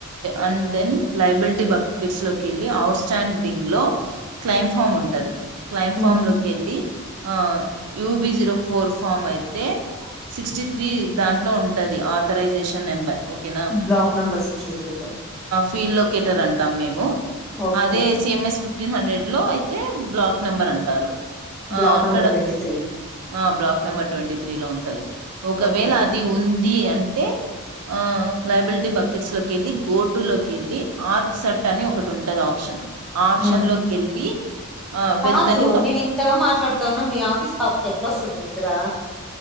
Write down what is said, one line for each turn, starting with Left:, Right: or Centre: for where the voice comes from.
Right: and then liability buckets లోకి వెళ్ళి అఔట్ స్టాండింగ్ లో క్లైమ్ ఫామ్ ఉంటుది క్లైమ్ ఫామ్
Centre: ఉమ్
Right: లోకి వెళ్లి ఆ యూబి జీరో ఫోర్ ఫామ్ అయితే సిక్స్టీ త్రీ దాంట్లో ఉంటది ఆథరైజేషన్ నెంబర్ ఓకేనా
Centre: బ్లాక్ నంబర్ సిక్స్టీ త్రీలో
Right: ఫీల్ లొకెటర్ అంటాం మేము
Centre: ఓకే
Right: అదే సిఎంఎస్ ఫిఫ్ ఫిఫ్టీన్ హండ్రెడ్ లో అయితే బ్లాక్ నెంబర్ అంటారు
Centre: బ్లాక్
Right: ఆ అక్కడ
Centre: నంబర్ ట్వంటీ త్రీ
Right: ఆ బ్లాక్ నెంబర్ ట్వంటీ త్రీలో ఉంటది ఒకవేళ
Centre: ఓకే
Right: అది ఉన్ ఉంది అంటే ఆ లయబిలిటీ బకెట్స్ లోకి వెళ్ళి గోటు లోకి వెళ్ళి ఆత్ సట్ అని ఒకటి ఉంటది ఆప్షన్ ఆప్షన్
Centre: ఉమ్
Right: లోకి వెళ్ళి ఆ
Centre: కాదు
Right: వెళ్తని ఒక
Centre: నేను ఇంతగా మాట్లాడుతాన్నా మీ ఆఫీస్ పాపకి ఎట్లా వస్తుంది మీది అ్రా